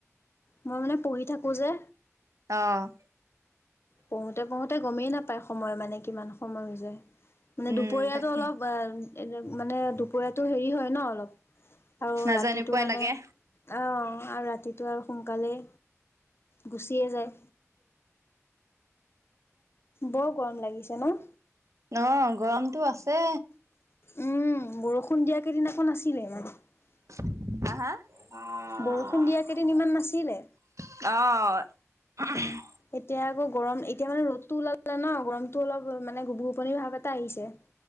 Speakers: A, on the left (about 50°); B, on the right (about 70°).
A: মই মানে পঢ়ি থাকো যে।
B: অ',
A: পঢ়োতে-পঢ়োতে গমেই নাপায় সময় মানে কিমান সময় হৈ যায়। মানে
B: উম,
A: দুপৰীয়াাতো
B: তাকে
A: অলপ মানে দুপৰীয়াাতো হেৰি হয় ন অলপ? আৰু
B: নাজাই
A: ৰাতিটো
B: নোপোৱাই
A: মানে,
B: লাগে।
A: অ', আৰু ৰাতিটো আৰু সোনকালেই গুচিয়ে যায়। বৰ গৰম লাগিছে ন?
B: অ', গৰমটো আছে।
A: উম', বৰষুণ দিয়া কেইদিনাখন আকৌ নাছিলে <unintelligible>
B: আ-হা?
A: বৰষুণ
B: অ'।
A: দিয়া কেইদিন ইমান নাছিলে।
B: হ
A: এতিয়া আকৌ গৰম এতিয়া মানে ৰ'দতটো ওলালে ন, গৰমতটো অলপ মানে গুবু গোপনিৰ ভাৱ এটা আহিছে।